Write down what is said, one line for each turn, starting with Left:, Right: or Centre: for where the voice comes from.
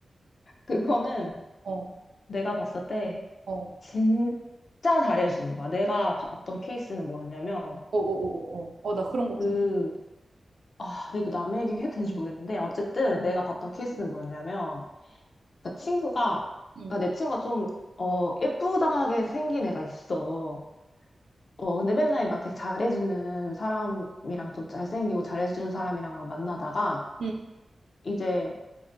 Left: 그거는
Right: 어,
Left: 내가 봤을 때
Right: 어, 어,
Left: 진짜 잘해주는 거야. 내가 봤던 케이스는 뭐였냐면,
Right: 어, 어, 어, 어, 어, 나 그런 거 궁금해.
Left: 그, 아, 근데 이거 남의 얘기 해도 되는지 모르겠는데, 어쨌든 내가 봤던 케이스는 뭐였냐면, 그 친구가,
Right: 응,
Left: 아, 내 친구가 좀, 어, 예쁘장하게 생긴 애가 있어. 어, 근데 맨날 막 되게 잘해주는 사람이랑 좀 잘생기고 잘해주는 사람이랑만 만나다가,
Right: 응,
Left: 이제,